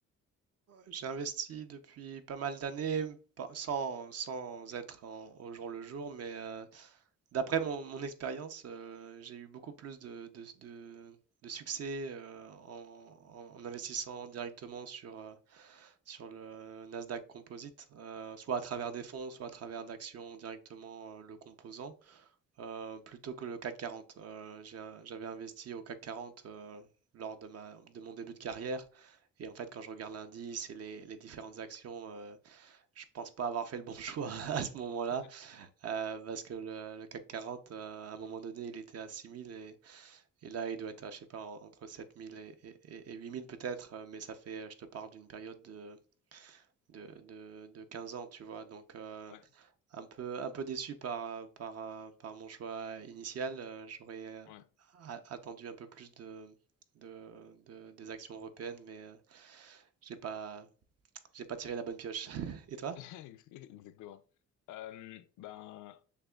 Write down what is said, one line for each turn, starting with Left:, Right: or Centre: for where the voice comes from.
Right: j'ai investi depuis pas mal d'années, pas- sans, sans être en- au jour le jour, mais euh, d'après mon, mon expérience, euh, j'ai eu beaucoup plus de, de- de- de succès euh, en, en- en investissant directement sur, euh, sur le Nasdaq Composite, euh, soit à travers des fonds, soit à travers d'actions directement euh, le composant euh, plutôt que le CAC 40. Euh, j'ai un- j'avais investi au CAC 40 euh, lors de ma, de mon début de carrière. Et en fait, quand je regarde l'indice et les, les différentes actions, euh, je pense pas avoir fait le bon <laughs> choix à ce moment-là,
Left: <laughs>
Right: euh, parce que le, le CAC 40, euh, à un moment donné, il était à 6000 et, et là, il doit être, à, je sais pas, en- entre 7000 et, et, et- et 8000 peut-être, euh, mais ça fait, euh, je te parle d'une période de, de, de, de 15 ans, tu vois. Donc, euh,
Left: Ouais,
Right: un peu, un peu déçu par, par, euh, par mon choix initial. Euh, J'aurais euh,
Left: ouais,
Right: a- attendu un peu plus de, de, de- des actions européennes, mais euh, j'ai pas, j'ai pas tiré la bonne pioche. <laughs> Et toi?
Left: ouais. <laughs> exactement. Euh, ben,